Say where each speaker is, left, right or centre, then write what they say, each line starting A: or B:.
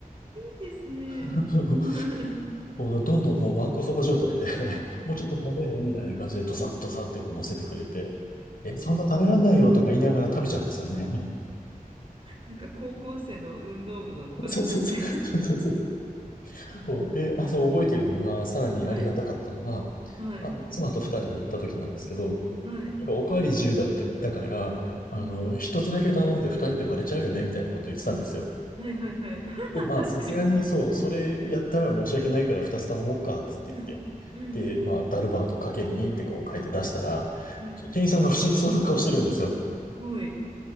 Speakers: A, on the right (about 35°); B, on the left (about 75°).
A: いですね。
B: <laughs>
A: <laughs>
B: もうどんどんもうわんこそば状態で <laughs> もうちょっと食べないみたいな感じでドサッドサッってこう乗せてくれて、え、そんな食べらんないよとか言いながら食べちゃうんですよね。
A: なんか高校生の運動部の部活みたい
B: <laughs> そうそうそう。そうそうそう。で、あ、そう覚えてるのが、さらにありがたかったのが、
A: な。はい、はい、
B: あの、妻と二人で行った時なんですけど、
A: はい、
B: おかわり自由だった、だから、あの、
A: うん、
B: 一つだけ頼んで二人で割れちゃうよね、みたいなこと言ってたんですよ。
A: はいはいはい。<laughs>
B: で、まあ、
A: 確かに。
B: さすがに、そう、それやったら申し訳ないから二つ頼もうか、つって言って。
A: うん、うん、
B: で、まあ、ダルバートかける2ってこう書いて出したら、
A: うん、はい、
B: 店員さんが不思議そうな顔してるんですよ。
A: はい。